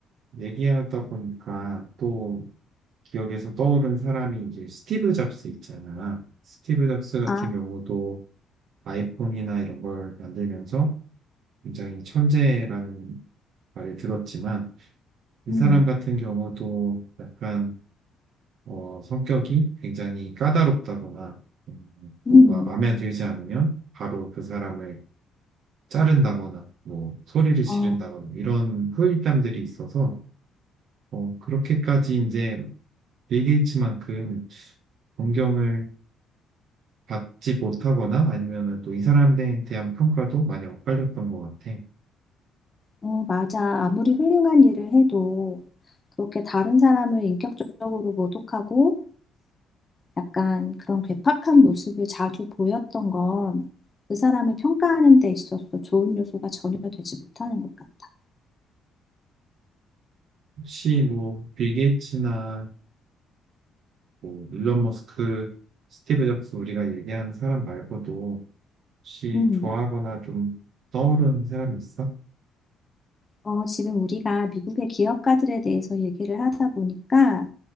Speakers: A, on the right; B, on the left.
A: 얘기하다 보니까 또 기억에서 떠오른 사람이 이제 스티브 잡스 있잖아. 스티브 잡스 같은
B: 아,
A: 경우도 아이폰이나 이런 걸 만들면서 굉장히 천재라는 말을 들었지만 이
B: 음,
A: 사람 같은 경우도 약간 어, 성격이 굉장히 까다롭다거나 음,
B: 음,
A: 뭐가 마음에 들지 않으면 바로 그 사람을 자른다거나 뭐 소리를 지른다거나
B: 어,
A: 이런 후일담들이 있어서 어, 그렇게까지 이제 빌 게이츠만큼 존경을 받지 못하거나 아니면은 또 이 사람에 대한 평가도 많이 엇갈렸던 것 같아.
B: 어, 맞아. 아무리 훌륭한 일을 해도 그렇게 다른 사람을 인격적으로 모독하고 약간 그런 괴팍한 모습을 자주 보였던 건 그 사람을 평가하는 데 있어서 좋은 요소가 전혀 되지 못하는 것 같아.
A: 혹시 뭐 빌 게이츠나 뭐 일론 머스크, 스티브 잡스 우리가 얘기한 사람 말고도 혹시
B: 음,
A: 좋아하거나 좀 떠오르는 사람이 있어?
B: 어, 지금 우리가 미국의 기업가들에 대해서 얘기를 하다 보니까